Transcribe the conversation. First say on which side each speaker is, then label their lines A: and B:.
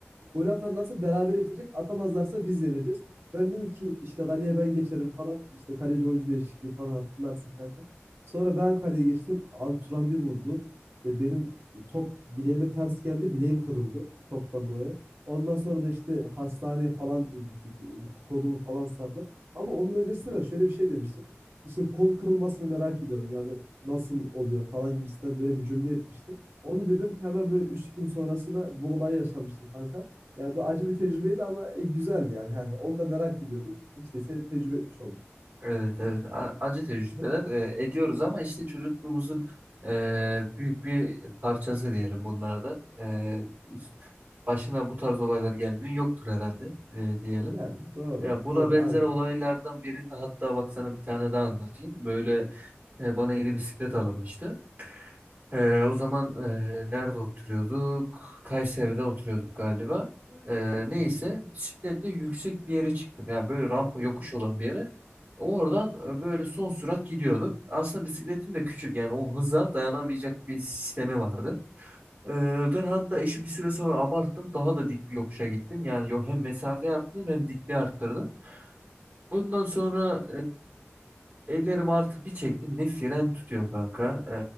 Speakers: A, on the right (about 60°); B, on the right (about 35°).
A: Gol atarlarsa berabere bitecek. Atamazlarsa biz yeneceğiz. Ben dedim ki işte kaleye ben geçerim falan. İşte kaleci oyuncu değişikliği falan hatırlarsın kanka. Sonra ben kaleye geçtim. Abi Turan bir vurdu. İşte benim top bileğime ters geldi. Bileğim kırıldı toptan dolayı. Ondan sonra da işte hastaneye falan gittik. Kolumu falan sardılar. Ama onun öncesinde de şöyle bir şey demiştim. İşte kol kırılmasını merak ediyorum. Yani nasıl oluyor falan gibisinden böyle bir cümle etmiştim. Onu dedim hemen böyle 3 gün sonrasında bu olayı yaşamıştım kanka. Yani bir acı bir tecrübeydi ama e, güzeldi yani kanka. Onu da merak ediyordum. İşte seni tecrübe etmiş oldum.
B: Evet evet A- acı tecrübeler e, ediyoruz ama işte çocukluğumuzun e, büyük bir parçası diyelim bunlarda. E, başına bu tarz olaylar gelmiyor yoktur herhalde e, diyelim.
A: Yani doğru,
B: Ya buna
A: doğru,
B: benzer
A: aynen.
B: olaylardan birinde hatta bak sana bir tane daha anlatayım. Böyle e, bana yeni bisiklet alınmıştı. Ee, o zaman e, nerede oturuyorduk? Kayseri'de oturuyorduk galiba. Ee, neyse bisikletle yüksek bir yere çıktım. Yani böyle rampa yokuş olan bir yere. Oradan e, böyle son sürat gidiyorduk. Aslında bisikletim de küçük yani o hıza dayanamayacak bir sistemi vardı. Ee, ben hatta işi bir süre sonra abarttım. Daha da dik bir yokuşa gittim. Yani yo- hem mesafeyi arttırdım hem dikliği arttırdım. Ondan sonra e, ellerimi artık bir çektim. Ne fren tutuyor kanka.